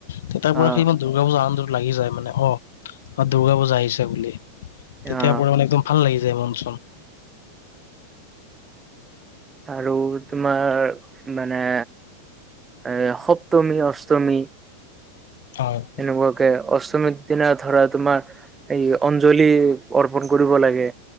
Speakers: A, on the left; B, on the right.
A: তেতিয়াৰ পৰা
B: অ',
A: সি দূৰ্গা পুজা আনন্দটো লাগি যায় মানে অ', আ দুৰ্গা পূজা আহিছে বুলি, তেতিয়া
B: অ',
A: পুৰা মানে একদম ভাল লাগি যায় মন চন।
B: আৰু তোমাৰ মানে এ সপ্তমী, অষ্টমী
A: হয়।
B: এনেকুৱাকে অষ্টমীৰ দিনা ধৰা তোমাৰ এই অঞ্জলি অৰ্পন কৰিব লাগে।